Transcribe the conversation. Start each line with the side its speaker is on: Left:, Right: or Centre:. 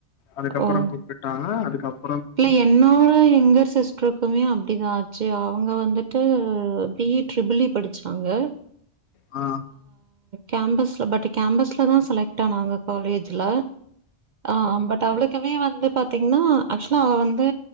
Left: அதுக்கப்றோ
Right: ஓ
Left: கூப் விட்டாங்க அதுக்கப்
Right: இல்ல என்னோட எங்கர் சிஸ்டருக்குமே அப்டிதா ஆச்சு அவங்க வந்துட் டு பி இ டிபிள் இ படிச்சாங்க
Left: ஆ
Right: கேம்பஸ்ல பட் கேம்பஸ்லதா செலக்ட் ஆனாங்க காலேஜ்ல ஆ பட் அவக்குமே வந்து பாத்தீங்கன்னா ஆக்சுவலா அவ வந்து